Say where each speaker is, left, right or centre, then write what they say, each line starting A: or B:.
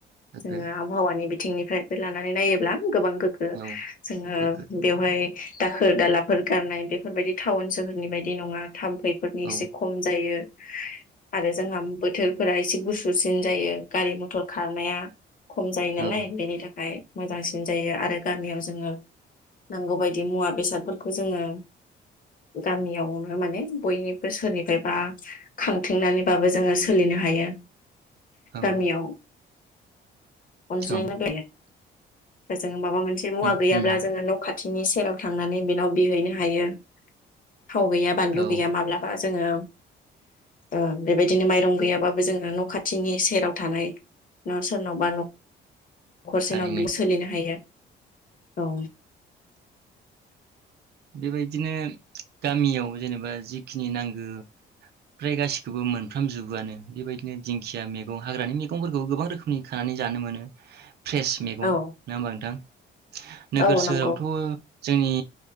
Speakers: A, on the right; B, on the left.
A: गोग्गो
B: जोङो आबहावानि बिथिंनिफ्राय निफ्राय लानानै नायोब्ला गोबां गोगो
A: औ
B: जोङो
A: गोग्गो
B: बेयावहाय दाखोर दालाफोर गारनाय बेफोरबायदि टाउन सोहोरनि बायदि नङा था बैफोरनि
A: औ
B: एसे खम जायो। आरो जोंहा बोथोरफोरा एसे गुसुसिन जायो। गारि मथर खारनाया खम जायो नालाय
A: औ
B: बेनि थाखाय मोजांसिन जायो आरो गामियाव जोङो नांगौबायदि मुवा बेसादफोरखौ जोङो गामियावनो माने बयनिबो सोरनिफ्रायबा खांथिंनानैबाबो जोङो सोलिनो हायो।
A: औ
B: गामियाव उन ज
A: औ
B: ग <unintelligible> बेजों <unintelligible> माबा मोनसे मुवा
A: उम
B: गैयाब्ला
A: उम
B: जोङो न खाथि बिनि सेराव थांनानै बेनाव बिहैनो हायो। थाव गैया बानलु
A: औ
B: गैया माब्लाबा जोङो ओ बेबायदिनो माइरं गैयाबाबो जोंहा न खाथिनि सेराव थानाय न सोरनावबा न'खरसेनाव
A: थारैनो
B: बि सोलिनो हायो। औ।
A: बेबायदिनो गामियाव जेनेबा जिखिनि नांगो फ्राय गासिखौबो मोनफ्राम जुबोआनो बेबायदिनो दिंखिया मैगं हाग्रानि मैगंफोरखौ गोबां रोखोमनि खानानै जानो मोनो। फ्रेस मैगं
B: औ
A: नोङा होमबा नोंथां नोगोर
B: औ
A: सोहोरावथ'
B: नंगौ
A: जोंनि